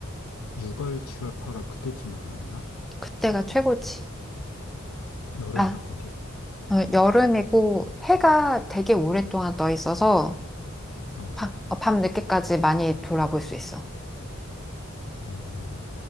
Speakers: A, on the left; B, in the centre.
A: 6월, 7월, 8월 그때쯤에 가야 되나?
B: 그때가 최고지.
A: 여름이야,
B: 아,
A: 거기?
B: 어, 여름이고 해가 되게 오랫동안 떠 있어서
A: 어,
B: 밤, 어, 밤늦게까지 많이 돌아볼 수 있어.
A: 어.